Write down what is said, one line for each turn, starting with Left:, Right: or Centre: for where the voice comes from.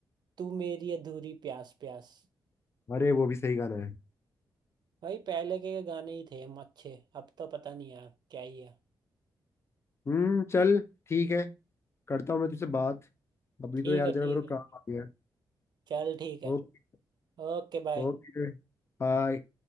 Right: तू मेरी अधूरी प्यास प्यास
Left: अरे वो भी सही गाना है
Right: भाई पहले के गाने ही थे हम अच्छे अब तो पता नहीं यार क्या ही है
Left: हम्म चल ठीक है करता हूँ मैं तुझसे बात अभी
Right: ठीक
Left: तो यार
Right: है
Left: जरा
Right: ठीक
Left: मेरे को
Right: है
Left: काम आ गया है
Right: चल ठीक है
Left: ओके
Right: Okay bye
Left: Okay bye